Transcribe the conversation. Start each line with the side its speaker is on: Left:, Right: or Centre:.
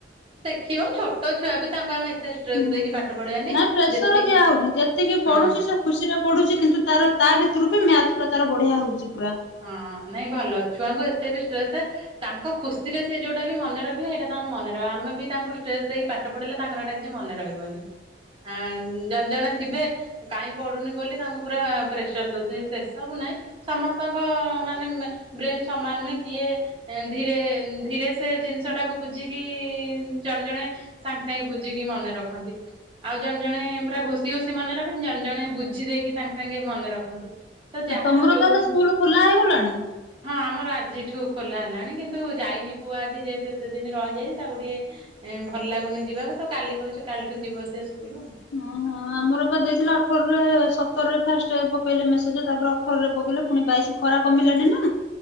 Right: ଦେଖିବ ଛୋଟ ଛୁଆ ବି ତାଙ୍କୁ ଆମେ ଏତେ ଷ୍ଟ୍ରେସ୍
Left: ହୁଁ
Right: ଦେଇକି ପାଠ ପଢେଇବାନି
Left: ନାଇଁ ପ୍ରେସର
Right: ଯେତିକି
Left: ଦିଆ ହଉନି ଯେତିକି ପଢୁଛି
Right: ହଁ
Left: ସେ ଖୁସିରେ ପଢୁଛି କିନ୍ତୁ ତାର ତା ଭିତରେ ରୁ ମ୍ୟାଥ୍ ଟା ତାର ବଢିଆ ହଉଛି। ପୁରା।
Right: ହଁ ନାଇଁ ଭଲ ଛୁଆଙ୍କ ଏ ବି ଷ୍ଟ୍ରେସ ତାଙ୍କ ଖୁସିରେ ସେ ଯୋଉଟା ବି ମନେ ରଖିବେ ସେଇଟା ତାଙ୍କର ମନେ ରହିବ ଆମେ ବି ତାଙ୍କୁ ଷ୍ଟ୍ରେସ ଦେଇକି ପାଠ ପଢ଼ିଲେ ତାଙ୍କର ଏଇଟା କିଛି ମନେ ରହିବନି। ହଁ ଜଣେ ଜଣେ ଥିବେ କାଇ ପଢ଼ୁନି ବୋଲି ତାଙ୍କୁ ପୁରା ପ୍ରେସର ଦଉଥିବେ ସେ ସବୁ ନାହିଁ ସମସ୍ତେ ଙ୍କ ମାନେ ବ୍ରେନ ସମାନ ନୁହେଁ କିଏ ଧୀରେ ଧୀରେ ସେ ଜିନିଷ ଟାକୁ ବୁଝିକି ଜଣେ ଜଣେ ସାଙ୍ଗେ ସାଙ୍ଗେ ବୁଝିକି ମନେ ରଖନ୍ତି ଆଉ ଜଣେ ଜଣେ ପୁରା ଘୋଷି ଘୋଷି ମନେ ରଖନ୍ତି ଜଣେ ଜଣେ ବୁଝି ଦେଇକି ସାଙ୍ଗେ ସାଙ୍ଗେ ମନେ ରଖନ୍ତି। ତ ଯାହାର
Left: ତମର
Right: ଯୋଉ
Left: ତାହେଲେ ସ୍କୁଲ ଖୋଲା ହେଇଗଲାଣି
Right: ହଁ ଆମର ଆଜିଠୁ ଖୋଲା ହେଲାଣି କିନ୍ତୁ ଯାଇନି ପୁଅ ଆଜି ଯେହେତୁ ଏତେ ଦିନ ରହିଯାଇଛି ତାକୁ ଟିକେ ଭଲ ଲାଗୁନି ଯିବାକୁ ତ କାଲି କହୁଛ କାଲିଠୁ ଯିବ ସେ ସ୍କୁଲ ଆଉ।
Left: ଓ ହଁ ଆମର ପା ଦେଇଥିଲେ ଅଠରରେ ସତରରେ ଫାଷ୍ଟ ପକେଇଲେ ମେସେଜ ତାପରେ ଅଠରରେ ପକେଇଲେ ପୁଣି ବାଇଶ ଖରା କମିଲାନି ନା।